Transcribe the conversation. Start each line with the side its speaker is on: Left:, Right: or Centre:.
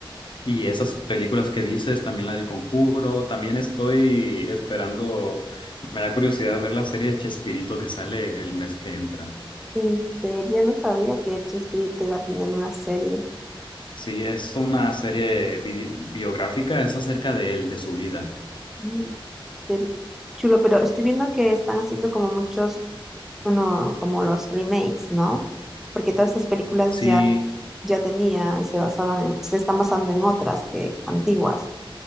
Left: Y esas películas que dices, también la del Conjuro, también estoy esperando, me da curiosidad ver la serie de Chespirito que sale el mes que entra.
Centre: En serio, no sabía que Chespirito iba a tener una serie.
Left: Sí, es una serie bi- biográfica, es acerca de él, de su vida.
Centre: Mm, Qué chulo, pero estoy viendo que están haciendo como muchos uno, como los remakes, ¿no? Porque todas estas películas
Left: Sí,
Centre: ya, ya tenían, se basaban en, se están basando en otras que antiguas.